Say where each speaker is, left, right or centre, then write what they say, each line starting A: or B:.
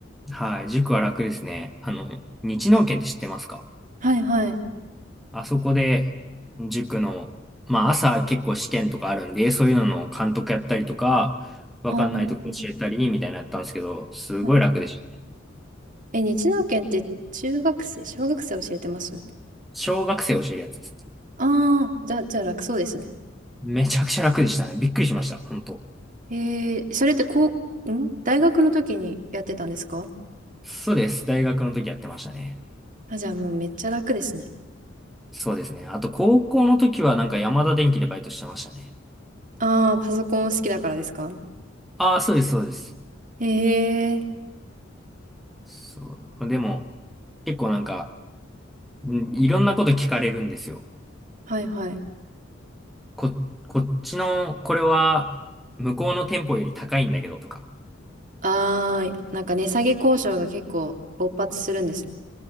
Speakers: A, in the centre; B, on the right (about 45°).
A: はい、塾は楽ですね。あの、日農研って知ってますか
B: はいはい。
A: あそこで、塾の、まあ朝結構試験とかあるんで、そういうのの監督やったりとか、わかんないとこ教えたり、
B: あ
A: みたいなのやったんですけど、すごい楽でしたね。
B: あ、はい。え、日南研って中学生、小学生教えてます
A: 小学生教えるやつですね。
B: ああー、じゃあ、じゃあ楽そうですね。
A: めちゃくちゃ楽でしたね。びっくりしました、本当。
B: えー、それってこう、ん大学の時にやってたんですか
A: そうです。大学の時やってましたね。
B: あ、じゃあもうめっちゃ楽ですね。
A: そうですね。あと高校の時はなんか山田電機でバイトしてましたね。
B: ああ、パソコン好きだからですか
A: ああ、そうです、そうです。
B: ええー、
A: そう。でも、結構なんか、んいろんなこと聞かれるんですよ。
B: はいはい。
A: こ、こっちの、これは、向こうの店舗より高いんだけどとか。
B: あー、なんか値下げ交渉が結構勃発するんですね。